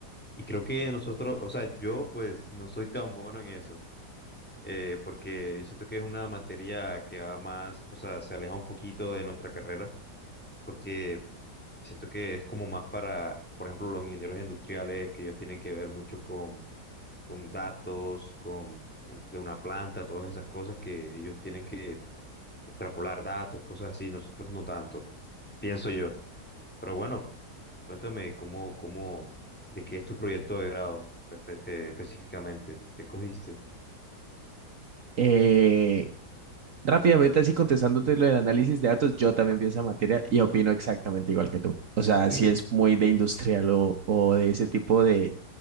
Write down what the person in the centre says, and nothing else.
Y creo que nosotros, o sea, yo pues no soy tan bueno en eso, eh, porque yo siento que es una materia que va más, o sea, se aleja un poquito de nuestra carrera, porque siento que es como más para, por ejemplo, los ingenieros industriales, que ellos tienen que ver mucho con, con datos, con eh, de una planta, todas esas cosas que ellos tienen que extrapolar datos, cosas así, nosotros no tanto, pienso yo. Pero bueno, cuéntame cómo, cómo, de qué es tu proyecto de grado espe- eh, específicamente, qué cogiste.
Sí.
<laughs>